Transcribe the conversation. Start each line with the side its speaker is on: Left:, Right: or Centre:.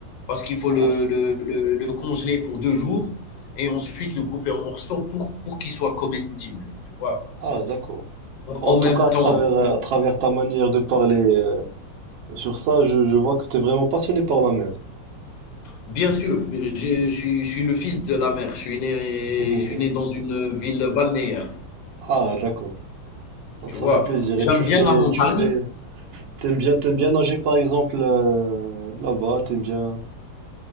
Left: parce qu'il faut
Right: Ah,
Left: le,
Right: f-
Left: le, le, le congeler pour deux jours et ensuite le couper en morceaux pour pour qu'il soit comestible, tu vois.
Right: ah, d'accord.
Left: Donc,
Right: En
Left: en
Right: tout
Left: même
Right: cas,
Left: temps,
Right: à travers, euh, à travers ta manière de parler euh, sur ça, je, je vois que tu es vraiment passionné par la mer.
Left: bien sûr, j'ai- je suis, je suis le fils de la mer. Je suis né,
Right: <laughs>
Left: je suis né dans une ville balnéaire.
Right: Ah, d'accord. Donc
Left: Tu vois,
Right: ça fait plaisir.
Left: j'aime
Right: Et tu fais,
Left: bien la montagne,
Right: tu fais, t'aimes bien, t'aimes bien nager par exemple euh, là-bas, t'aimes bien,